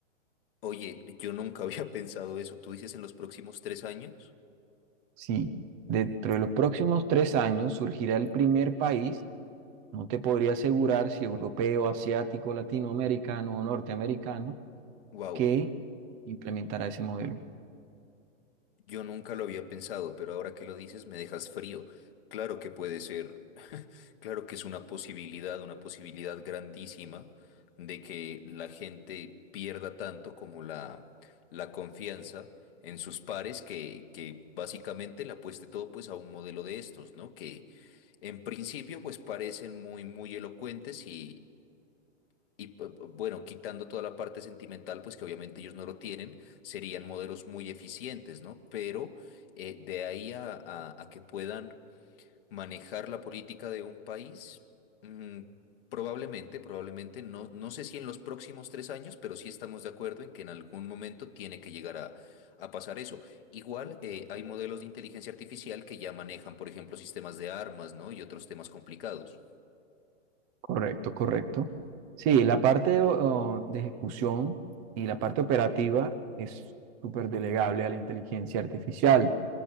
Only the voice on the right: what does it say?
Sí, dentro de los próximos tres años surgirá el primer país No te podría asegurar si europeo, asiático, latinoamericano o norteamericano
que implementará ese modelo.
Correcto, correcto. Sí, la parte o- de ejecución y la parte operativa es súper delegable a la inteligencia artificial,